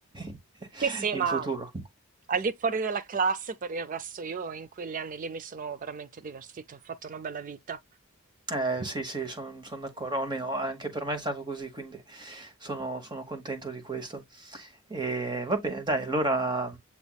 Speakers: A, on the right (about 20°); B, on the right (about 35°).
A: <laughs>
B: sì, sì,
A: in
B: ma
A: futuro.
B: al di fuori della classe, per il resto io in quegli anni lì mi sono veramente divertita, ho fatto una bella vita.
A: Eh, sì, sì, sono d'accordo, almeno anche per me è stato così, quindi sono sono contento di questo. E va bene, dai, allora